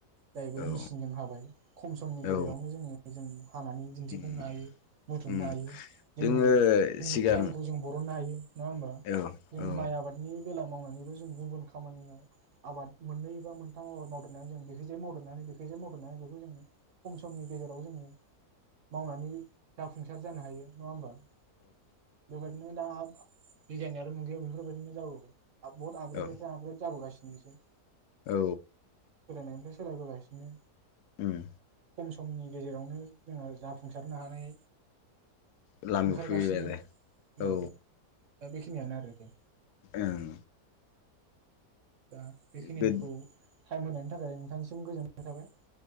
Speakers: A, on the right (about 55°); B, on the left (about 80°).
A: जाहैबाय
B: औ
A: मेसिनजों हाबाय खम समनि गेजेरावनो
B: औ
A: जोङो जों हानानै दिन्थिफुंनो
B: उम
A: हायो बुथुमनो
B: उम
A: हायो जोंनि
B: जोङो
A: जोंनि
B: सिगां
A: टाइमखौ जों बरननो हायो नङा होनबा?
B: औ
A: जों
B: औ
A: माइ आबादनि बेला मावनानैबो जों गुबुन खामानियाव आबाद मोननै एबा मोनथाम आबाद मावदेरनानै जों बेखायजाय मावदेरनानै बेखायजाय मावदेरनानै बेखौ जोङो खम समनि गेजेराव जोङो मावनानै जाफुंसार जानो हायो नङा होमबा? बेबायदिनो दा बिगियानआरि मु याव बेफोरबायदिनो जाबोबाय। आप बहुत आपग्रेडेतनिफ्राय
B: औ
A: आपडेत जाबोगासिनो। थनोसै।
B: औ।
A: सोलायनायनिफ्राय सोलायबोगासिनो।
B: उम।
A: खम समनि गेजेरावनो जोङो जाफुंसारनो हानाय
B: लामायाव
A: ओंखारगासिनो।
B: फैबाय आरो
A: औ। दा बेखिनियानो आरो। <inaudible>
B: ओं।
A: दा बेखिनिखौ
B: बे
A: टाइम होनायनि थाखाय नोंथांनिसिम गोजोन नाय थाबाय।